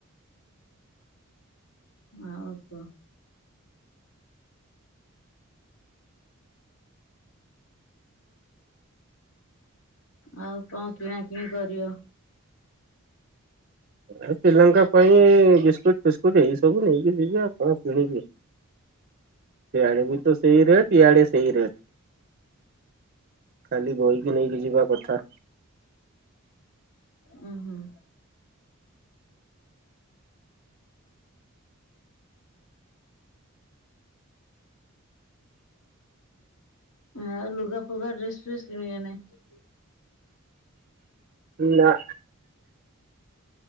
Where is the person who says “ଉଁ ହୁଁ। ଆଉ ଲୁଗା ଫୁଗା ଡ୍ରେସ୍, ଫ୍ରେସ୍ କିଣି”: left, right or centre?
Left